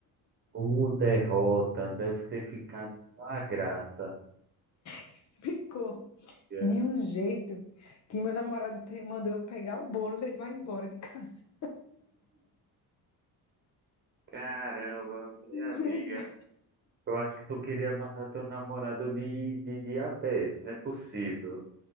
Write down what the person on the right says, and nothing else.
o derrota deve ter ficado só a graça.
amiga.
Caramba, minha amiga.
Eu acho que tu queria matar teu namorado de, de diabetes, não é possível.